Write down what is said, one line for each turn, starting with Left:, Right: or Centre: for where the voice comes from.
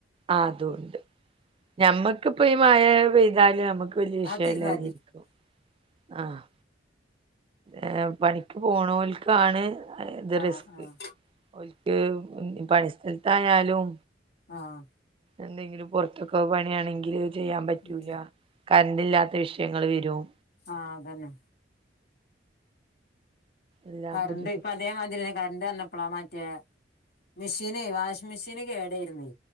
Right: ആ അതുണ്ട് ഞമ്മക്കിപ്പ ഈ മഴ പെയ്താല് നമ്മക്ക് വലിയ വിഷയല്ലാതിരിക്കും
Left: അത് തിരുന്നാതി
Right: ആഹ് ഏ പണിക്ക് പോണൽക്കാണ് ഇത്
Left: ആഹ്
Right: റിസ്ക്
Left: ആഹ്
Right: ഒൽക്ക് പണിസ്ഥലത്തായാലും
Left: ആഹ്
Right: എന്തെങ്കിലും പുറത്തൊക്കെ പണിയാണെങ്കില് ചെയ്യാൻ പറ്റൂല
Left: ഉം
Right: കറൻ്റില്ലാത്ത വിഷയങ്ങൾ വരും
Left: ആഹ് അതന്നെ
Right: എല്ലാം
Left: കരണ്ട്
Right: ബുദ്ധിമു
Left: ഇപ്പ അ അതേമാതിരിത കരണ്ട് വന്നപ്പളാ മറ്റേ മെഷീന് വാഷിംഗ് മെഷീന് കേടായിരുന്നു